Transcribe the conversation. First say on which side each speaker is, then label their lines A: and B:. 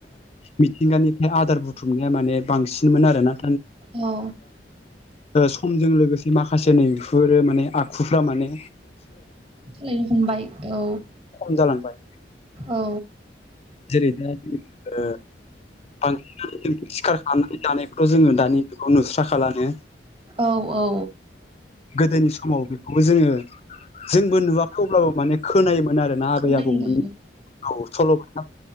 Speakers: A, on the left; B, on the right.
A: मिथिंगानिफ्राय आदार बुथ बुथुमनाया माने बांसिनमोन आरो ना।
B: औ
A: ओ समजों लोगोसे माखासे नैबफोरो माने आखुफ्रा माने
B: खालायनो हमबाय औ
A: खम जालांबाय
B: औ
A: जेरै दा ओ बांसिनानो जों सिखार खालामनानै जानायखौ जोङो दानि बेखौ नुस्रा खालानो।
B: औ औ।
A: गोदोनि समाव बेखौबो जोङो जोंबो नुवाखै अब्लाबो माने खोनायोमोन। मोन आरोना आबै
B: खोनायो
A: आबौमोन औ सल'बाथा